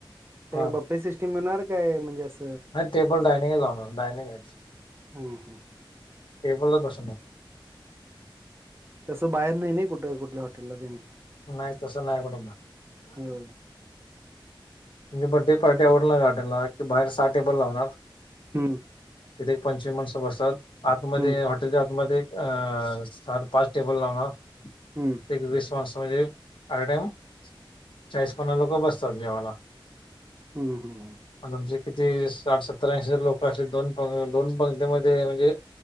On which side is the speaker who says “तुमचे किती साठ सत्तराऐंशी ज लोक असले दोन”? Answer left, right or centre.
Left